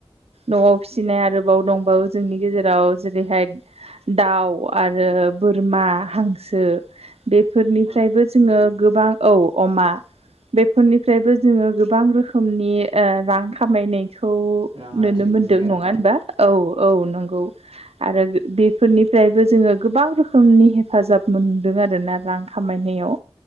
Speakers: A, on the right; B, on the right.
A: न'आव फिसिनाय आरो बाव दंबावो जोंनि गेजेराव जेरैहाय दाउ आरो बोरमा हांसो बेफोरनिफ्रायबो
B: अमा
A: जोङो
B: उम
A: गोबां औ अमा बेफोरनिफ्रायबो जोङो गोबां रोखोमनि ओ रां खामायनाय खौ
B: रां
A: नुनो
B: आरजिनो
A: मोनदों
B: हायो आरो
A: नङा होनबा
B: ना
A: औ औ नंगौ आरो बि बेफोरनि फ्रायबो जोङो गोबां रोखोमनि हेफाजाब मोनदों आरोना रां खामायनायाव।